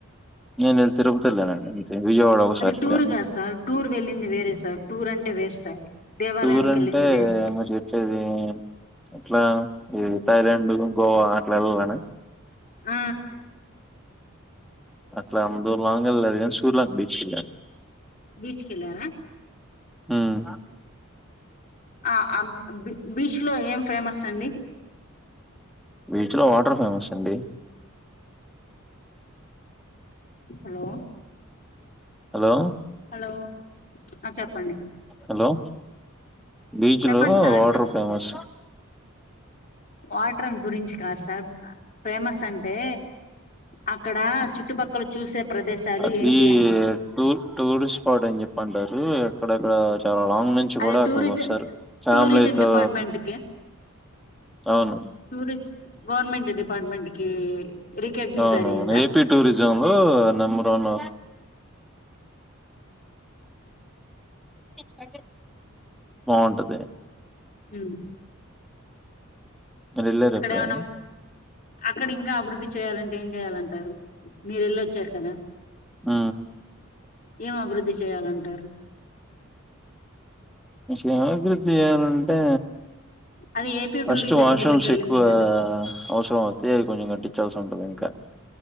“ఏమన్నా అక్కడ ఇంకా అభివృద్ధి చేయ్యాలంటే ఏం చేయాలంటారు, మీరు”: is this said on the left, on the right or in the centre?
Left